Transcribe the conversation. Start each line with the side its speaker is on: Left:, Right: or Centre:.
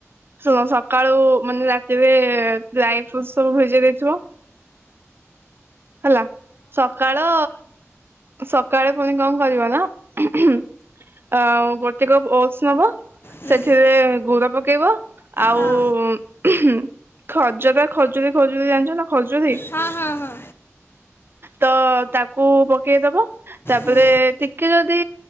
Right: ଶୁଣ ସକାଳୁ ମାନେ ରାତିରେ ଡ୍ରାଇ ଫ୍ରୁଟସ୍ ସବୁ ଭିଜେଇ ଦେଇଥିବ। ହେଲା, ସକାଳ ସକାଳେ ପୁଣି କଣ କରିବ ନା <unintelligible> ଆଉ ଗୋଟେ କପ୍ ଓସ୍ ନବ।
Left: ହୁଁ,
Right: ସେଥିରେ ଗୁଡ଼ ପକେଇବ ଆଉ
Left: ହଁ
Right: <unintelligible> ଖଜୁରା ଖଜୁରୀ, ଖଜୁରୀ ଫଜୁରୀ ଜାଣିଛ ନା ଖଜୁରୀ?
Left: ହଁ- ହଁ -ହଁ।
Right: ତ ତାକୁ ପକେଇଦବ। ତାପରେ
Left: ହୁଁ,
Right: ଟିକେ ଯଦି